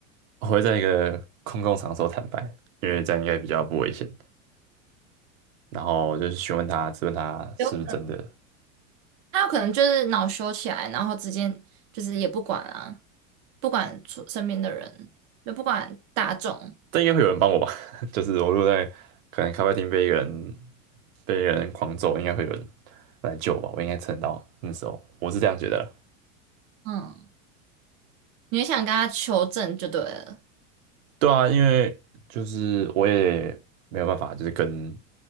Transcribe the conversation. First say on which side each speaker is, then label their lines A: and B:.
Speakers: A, on the right; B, on the right.
A: 我会在一个空共场所坦白，因为这样应该比较不危险。然后我就是询问他，质问他是不是真的，
B: 有，他有可能就是恼羞起来，然后直接就是也不管啊，不管出身边的人，就不管大众，
A: 但应该会有人帮我吧？<laughs> 就是我如果在可能咖啡厅被一个人被一个人狂揍，应该会有人来救我吧？我应该撑得到啊那时候，我是这样觉得啦。
B: 嗯，你会想跟他求证就对了。
A: 对啊，因为就是我也没有办法，就是跟